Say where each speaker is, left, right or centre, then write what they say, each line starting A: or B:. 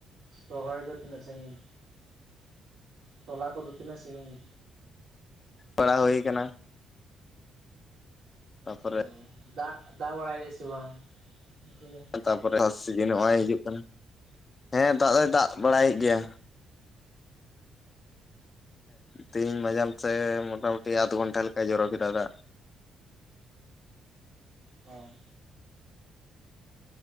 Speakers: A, on the right; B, on the left.
A: ᱨᱚᱦᱚᱭ ᱫᱚ ᱛᱤᱱᱟᱹᱜ ᱥᱟᱺᱜᱤᱧ ᱛᱚᱞᱟ ᱠᱚᱫᱚ ᱛᱤᱱᱟᱹᱜ ᱥᱟᱹᱜᱤᱧ?
B: ᱯᱟᱲᱟ ᱦᱩᱭ ᱠᱟᱱᱟ ᱛᱟᱯᱚᱨᱮ
A: <inaudible> ᱫᱟᱜ ᱫᱟᱜ ᱵᱟᱲᱟᱭᱮᱫ ᱫᱟᱭ ᱥᱮ ᱵᱟᱝ <unintelligible>
B: ᱛᱟᱯᱚᱨᱮ <unintelligible> ᱥᱤᱡᱤᱱ ᱱᱚᱜᱼᱚᱭ ᱦᱤᱡᱩᱜ ᱠᱟᱱᱟ ᱦᱮᱸ ᱫᱟᱜ ᱫᱚᱭ ᱫᱟᱜ ᱵᱟᱲᱟᱭᱮᱫ ᱜᱮᱭᱟ ᱛᱮᱦᱮᱧ ᱢᱟᱡᱟᱱ ᱥᱮᱫ ᱢᱚᱴᱟᱢᱩᱴᱤ ᱟᱫᱽ ᱜᱷᱚᱱᱴᱟ ᱞᱮᱠᱟᱭ ᱡᱚᱨᱚ ᱠᱮᱫᱟ ᱫᱟᱜ
A: ᱦᱚ